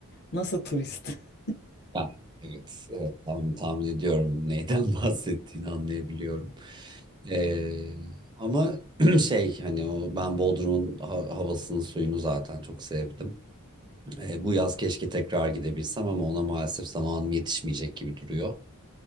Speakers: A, on the left (about 45°); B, on the right (about 20°).
A: nasıl turist? <laughs>
B: ben- evet, evet tahmin, tahmin ediyorum neyden <laughs> bahsettiğini anlayabiliyorum. Eee, ama <clears throat> şey hani o ben Bodrum'un ha- havasını suyunu zaten çok sevdim. E, bu yaz keşke tekrar gidebilsem ama ona maalesef zamanım yetişmeyecek gibi duruyor.